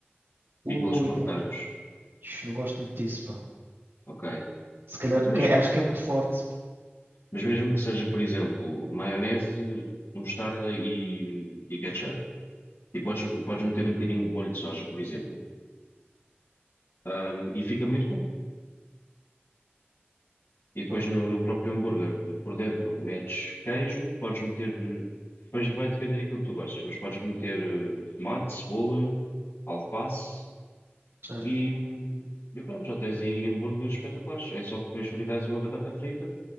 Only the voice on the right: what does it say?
Ui,
não, não gosto muito disso, pá.
Se calhar,
porque
é, acho que é muito forte.
Pá,
certo.